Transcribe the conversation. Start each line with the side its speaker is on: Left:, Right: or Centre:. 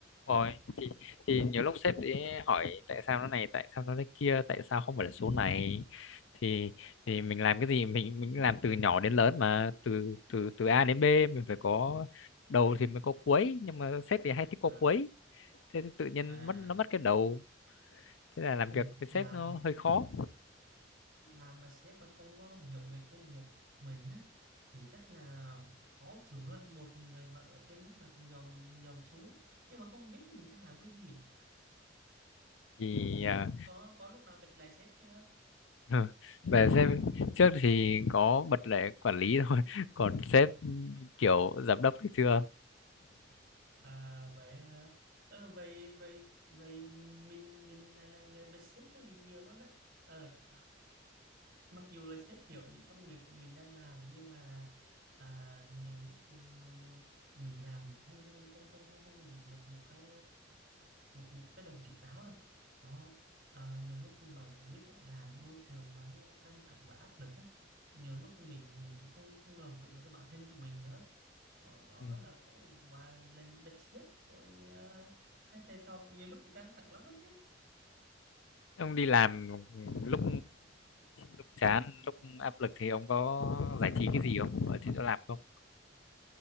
Left: rồi thì thì nhiều lúc sếp ấy hỏi tại sao nó này tại sao nó thế kia tại sao không phải là số này thì thì mình làm cái gì mình mình làm từ nhỏ đến lớn mà từ từ từ A đến B mình phải có đầu thì mới có cuối nhưng mà sếp thì hay thích
Right: à
Left: có cuối thế thì tự nhiên
Right: à
Left: mất nó mất cái đầu thế là làm việc
Right: Ui,
Left: với
Right: làm
Left: sếp nó hơi khó
Right: làm mà sếp mà không có hiểu về công việc mình á thì rất là khó chịu đó một người mà ở trên lúc nào cũng dòm dòm xuống nhưng mà không biết mình đang làm cái gì
Left: thì à,
Right: có có có lúc nào bật lại sếp chưa
Left: <laughs> về sếp trước thì có bật lệ quản lý thôi <laughs> còn sếp kiểu giám đốc thì chưa
Right: à vậy hả ờ vậy vậy vậy mình mình là là người bật sếp hơi bị nhiều luôn đó ờ mặc dù là sếp hiểu những công việc của mình đang làm nhưng mà à, nhiều lúc ừm, mình làm không không không không không không giữ được một cái một một cái đầu tỉnh táo đâu đó à, nhiều lúc bạn cũng biết đó, làm môi trường mà nó căng thẳng và áp lực á nhiều lúc mình mình cũng không không làm chủ được cái bản thân của mình nữa đó đó,
Left: Ừ.
Right: đó là có một vài lần bật sếp rồi à, hai thầy trò cũng nhiều lúc cũng căng thẳng lắm đó chứ
Left: ông đi làm lúc lúc chán lúc áp lực thì ông có giải trí cái gì không ở trên chỗ làm không